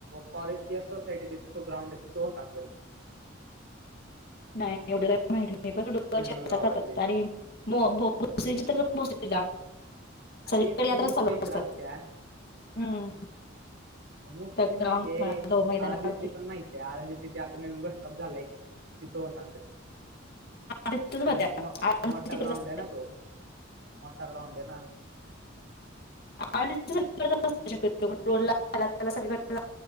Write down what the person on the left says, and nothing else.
नाही एवढं काही माती नाही पणस्
खात आणि म ब चैत्र अमावास्या ला
सगळीकडे
यात्रा
चालू
असतात
हम्म.
त्या
ग्राउंड
मध्ये मैदानावरती.
तिथेच
भरत्या
आळंदी तिकडेच
असत्या.
अडीच हजार असे न त्याला सगळ्या